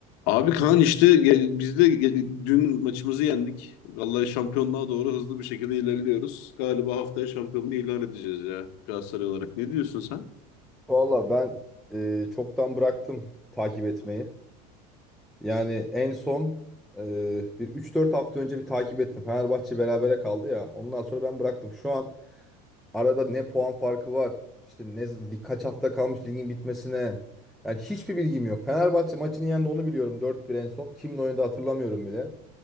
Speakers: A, on the left; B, in the centre.
A: Abi Kaan işte ge- biz de ge- dün maçımızı yendik. Vallahi şampiyonluğa doğru hızlı bir şekilde ilerliyoruz. Galiba haftaya şampiyonluğu ilan edeceğiz ya Galatasaray olarak. Ne diyorsun sen?
B: Valla ben e, çoktan bıraktım takip etmeyi. Yani en son e, bir üç dört hafta önce bir takip ettim. Fenerbahçe berabere kaldı ya. Ondan sonra ben bıraktım. Şu an arada ne puan farkı var? İşte ne lig- kaç hafta kalmış ligin bitmesine? Yani hiçbir bilgim yok. Fenerbahçe maçını yendi onu biliyorum dört bir en son. Kimle oynadı hatırlamıyorum bile.